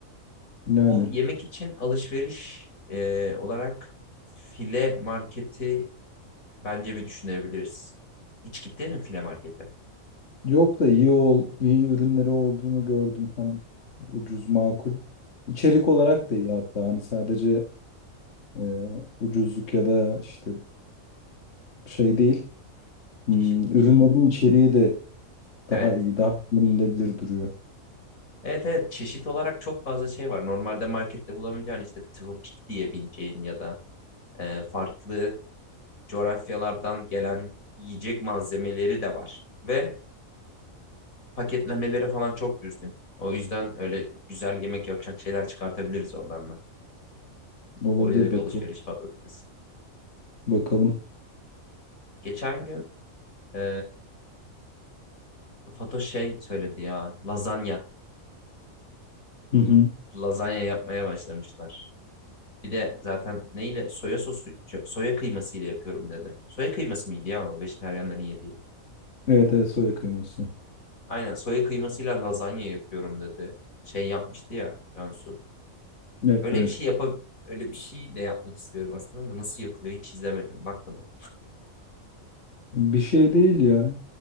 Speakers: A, on the left; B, on the left.
A: Yani
B: Bu yemek için alışveriş eee, olarak file marketi bence bir düşünebiliriz. Hiç gittin mi file markete?
A: yok da iyi ol, iyi ürünleri olduğunu gördüm. Hem ucuz, makul. İçerik olarak da iyi hatta. Hani sadece e, ucuzluk ya da işte şey değil. Hmm,
B: Çeşit
A: ürünlerin
B: değil.
A: içeriği de
B: Evet.
A: daha iyi, daha yenilebilir duruyor.
B: Evet evet çeşit olarak çok fazla şey var. Normalde markette bulamayacağın işte tropik diyebileceğin ya da e, farklı coğrafyalardan gelen yiyecek malzemeleri de var. Ve paketlemeleri falan çok düzgün. O yüzden öyle güzel yemek yapacak şeyler çıkartabiliriz oradan da.
A: Olabilir
B: Oraya da bir
A: bakalım.
B: alışveriş patlatırız.
A: Bakalım.
B: Geçen gün e, Fatoş şey söyledi ya lazanya.
A: Hı hı.
B: Lazanya yapmaya başlamışlar. Bir de zaten neyle? Soya sosu, çö- soya kıymasıyla yapıyorum dedi. Soya kıyması mıydı ya o vejetaryenlerin yediği?
A: Evet evet soya kıyması.
B: Aynen soya kıymasıyla lazanya yapıyorum dedi. Şey yapmıştı ya Cansu.
A: Evet.
B: Öyle bir şey yapab öyle bir şey de yapmak istiyorum aslında da nasıl yapılıyor hiç izlemedim, bakmadım.
A: Bir şey değil ya.